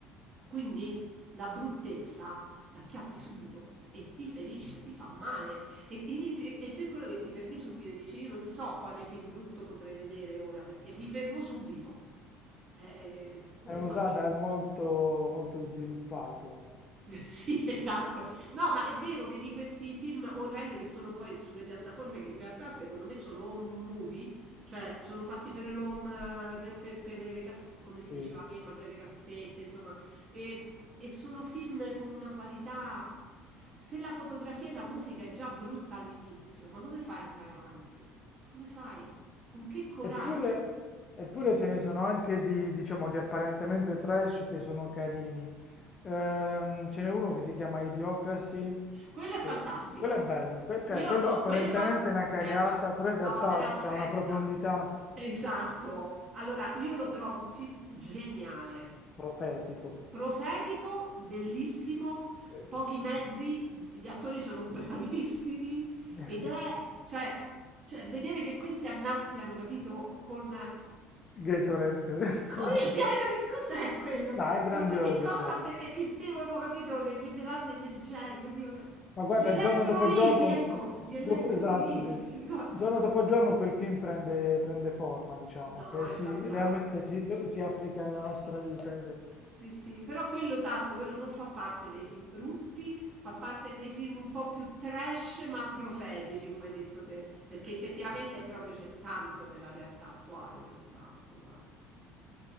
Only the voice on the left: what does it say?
È un
radar molto, molto sviluppato.
Sì,
Eppure, eppure ce ne sono anche di, diciamo, di apparentemente trash che sono carini. Ehm, ce n'è uno che si chiama Idiocracy,
che
quello è bello, que- cioè
quello
apparentemente
è una cagata,
però in realtà
c'è una profondità
profetico.
Sì,
sì.
<laughs>
Gatorade, così.
<laughs>
No, è grandioso,
cioè.
Ma guarda,
giorno dopo giorno,
dopo-
esatto, sì.
Giorno
dopo giorno quel film prende, prende forma, diciamo,
che
si,
realmente si,
lo-
si applica nella nostra vita, è vero.